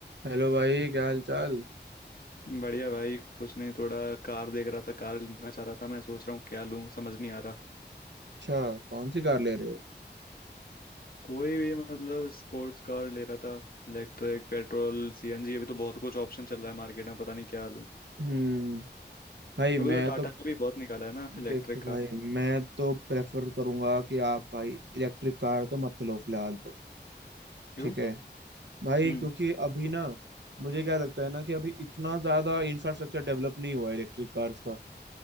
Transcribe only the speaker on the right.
Hello भाई क्या हाल चाल
अच्छा कौन सी कार ले रहे हो
हम्म भाई मैं
तो
देखो भाई
मैं तो प्रेफर करूंगा कि आप भाई इलेक्ट्रिक कार तो मत लो फिलहाल तो
ठीक है भाई
क्योंकि अभी ना मुझे क्या लगता है ना कि अभी इतना ज्यादा इंफ्रास्ट्रक्चर डेवलप नहीं हुआ है इलेक्ट्रिक कार्स का